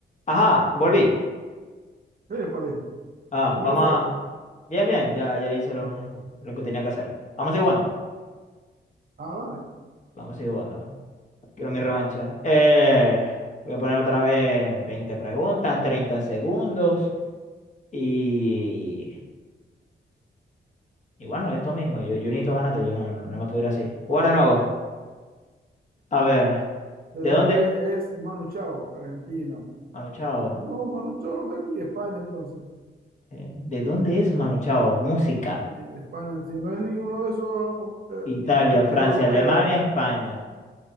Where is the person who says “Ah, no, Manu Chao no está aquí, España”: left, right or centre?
Right